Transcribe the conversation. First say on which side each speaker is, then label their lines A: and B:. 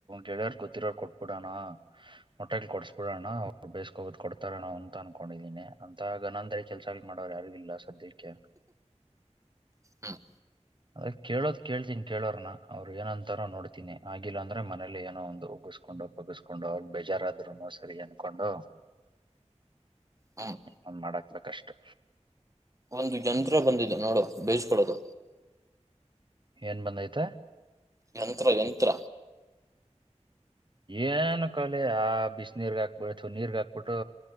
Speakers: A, on the right (about 40°); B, on the right (about 25°).
A: ಗೆಳೆಯರ್ ಗೊತ್ತಿರೋರು ಕೊಟ್ಟು ಬಿಡೋಣ ಮಟನ್ ಕೊಡಿಸಿಬಿಡೋಣ ಅವರ ಬೇಸ್ಕಹೊಂಡ ಕೊಡ್ತಾರಣ ಅಂತ ಅನ್ಕೊಂಡಿದೀನಿ ಅಂತಾಗಗ ನಂದ ಕೆಲಸ ಮಾಡೋರು ಯಾರಿಲ್ಲ ಸದ್ಯ ಕೆ
B: ಹ್ಮ್
A: ಅದೆ ಕೇಳೋದ್ ಕೇಳ್ತೀನಿ ಕೇಳೋರ್ನ ಅವ್ರು ಏನಂತಾರೋ ನೋಡ್ತೀನಿ ಆಗಿಲ್ಲ ಅಂದ್ರೆ ಮನೇಲಿ ಏನೋ ಒಂದು ಉಗುಸ್ಕೊಂಡು ಪಗಸ್ಕೊಂಡು ಅವ್ರ ಬೇಜಾರಾದ್ರುನು ಸರಿ ಅನ್ಕೊಂಡು
B: ಹ್ಮ್
A: ಹ ಮಾಡ ಅಗಷ್ಟು
B: ಒಂದು ಜಂತ್ರ ಬಂದಿದೆ ನೋಡು ಬೇಸ್ ಕೊಡೋದು
A: ಏನ್ ಬಂದೈತೆ
B: ಯಂತ್ರ ಯಂತ್ರ
A: ಏನ ಕಾಲೆ ಆ ಬಿಸಿ ನೀರ ತಣ್ಣೀರ ಗೆ ಹಾಕಿಬಿಟ್ಟರೆ